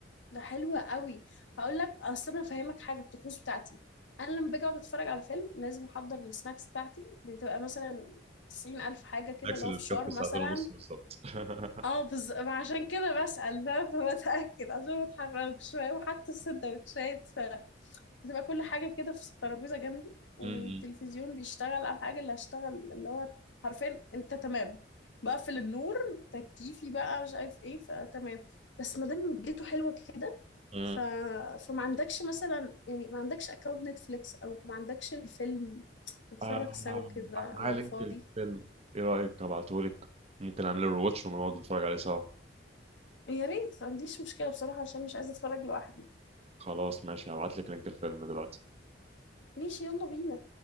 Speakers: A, on the left; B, on the right.
A: ده حلو قوي هقول لك اصل انا فاهمك حاجه الطقوس بتاعتي انا لما باجي اقعد اتفرج على فيلم لازم احضر السناكس بتاعتي بتبقى مثلا تسعين ألف حاجة كده
B: عكس
A: اللي
B: اللي
A: هو فشار
B: بكفي
A: مثلا
B: ساعتين ونص بالظبط <laughs>
A: اه بز... عشان كده بسأل فاهم <laughs> بتأكد عشان ما اتحركش فاهم وحتى السندوتشات بتبقى كل حاجة كده في الترابيزة جنبي والتلفزيون
B: مم.
A: بيشتغل على الحاجة اللي هشتغل اللي هو حرفيا انت تمام بقفل النور تكييفي بقى مش عارف ايه فتمام بس ما دام مدته حلوة كده
B: مم.
A: ف... فما عندكش مثلا يعني ما عندكش اكونت نتفليكس او ما عندكش الفيلم نتفرج
B: آه، أنا
A: سوا كده
B: معايا
A: لو
B: لينك
A: فاضي
B: للفيلم إيه رأيك أبعتهولك ممكن أعمل له رواتش ونقعد نتفرج عليه سوا
A: يا ريت ما عنديش مشكلة بصراحة عشان مش عايزة اتفرج لوحدي
B: خلاص ماشي هبعت لك لينك الفيلم دلوقتي
A: ماشي يلا بينا